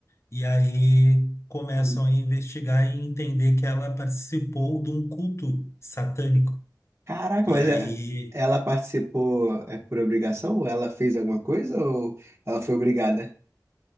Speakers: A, on the left (about 40°); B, on the right (about 35°).
A: E aí começam
B: Uhum.
A: a investigar e entender que ela participou de um culto satânico.
B: Caraca,
A: E
B: mas
A: aí
B: é- ela participou é por obrigação? Ou ela fez alguma coisa? Ou ela foi obrigada?